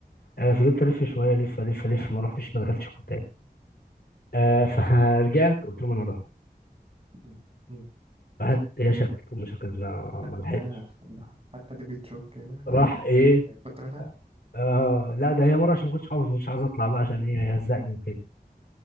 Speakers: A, on the left; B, on the right.
A: آه فضلت الف شويه الف الف الف ما رحتش ما دخلتش الكتاب آه فرجعت <laughs> قلت لهم انا اروح
B: مم. مم.
A: راحت هي شكت امي شكت لا
B: حتى
A: ما لحقتش
B: حتى دي بتشوك منها
A: راح ايه
B: بت... كنت منها
A: آه لا ده هي مره عشان ما كنتش حافظ ما كنتش عايز اطلع بقى عشان ايه هيهزقني وكده